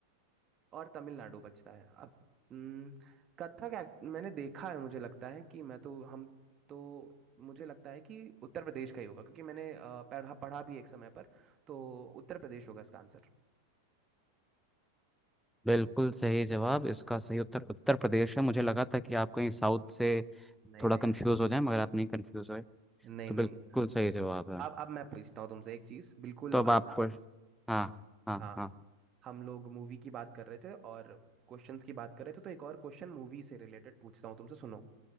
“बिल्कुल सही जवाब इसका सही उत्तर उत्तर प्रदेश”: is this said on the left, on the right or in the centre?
Centre